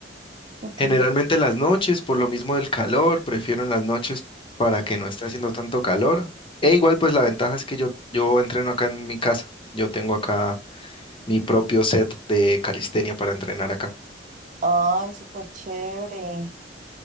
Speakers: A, on the right; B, on the left.
A: Ok,
B: Generalmente en las noches, por lo mismo del calor, prefiero en las noches para que no esté haciendo tanto calor. E igual, pues la ventaja es que yo, yo entreno acá en mi casa. Yo tengo acá mi propio set de calistenia para entrenar acá.
A: ay, súper chévere.